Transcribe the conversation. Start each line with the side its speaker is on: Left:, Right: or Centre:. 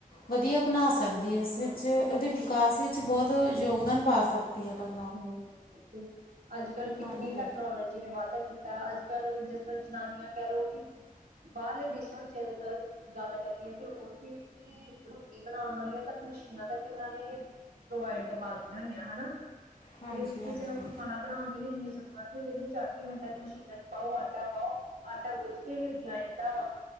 Left: ਵਧੀਆ ਬਨਾ ਸਕਦੀ ਐ ਇਸ
Right: ਹਾਂਜੀ
Left: ਵਿੱਚ
Right: ਬਿਲਕੁਲ
Left: ਔਦੇ
Right: ਸਹੀ
Left: ਵਿਕਾਸ
Right: ਕਿਹਾ।
Left: ਵਿੱਚ ਬੋਤ ਯੋਗਦਾਨ ਪਾ ਸਕ ਦੀ ਐ ਟੇਕ
Right: ਹੁੰ-ਹੁੰ, ਬਿਲਕੁਲ ਅੱਜ-ਕੱਲ ਕਿੰਨੀ
Left: ਹਾਂਜੀ
Right: ਟੈਕਨੋਲੋ ਜੀ ਨੇ ਵਾਧਾ ਕੀਤਾ, ਅੱਜ-ਕੱਲ ਜਿਸ ਤਰ੍ਹਾਂ ਜਨਾਨੀਆਂ ਕੈ ਲੋ ਕਿ ਬਾਰਲੇ ਦੇਸਾਂ ਵਿੱਚ ਅਗਰ ਗੱਲ ਕਰੀਏ ਤੇ ਔਥੇ ਤੇ ਰੋਟੀ ਬਣਾਉਣ ਵਾਲੀਆਂ ਤੱਕ ਮਸ਼ੀਨਾਂ ਤੱਕ ਇੱਨਾਂ ਨੇ ਪ੍ਰੋਵਾਈਡ ਕਰਵਾਤੀਆਂ ਹੋਈਆਂ ਹਨਾ।
Left: ਹਾਂਜੀ
Right: ਤੇ
Left: ਹਾਂਜੀ
Right: ਕਿਸੇ ਨੂੰ ਖਾਣਾ ਬਨਾਨ ਦੀ ਵੀ ਇੰਨੀ ਜ਼ਰੂਰਤ ਨੀ ਪੈਂਦੀ ਚਾਟ ਈ ਮਿੰਟਾਂ ਚ ਮਸ਼ੀਨਾਂ ਚ ਪਾਔ ਆਟਾ ਪਾਔ ਆਟਾ ਗੋਝ ਕੇ ਵੀ ਅੱਗੇ ਆ ਜਾਂਦਾ ਵਾ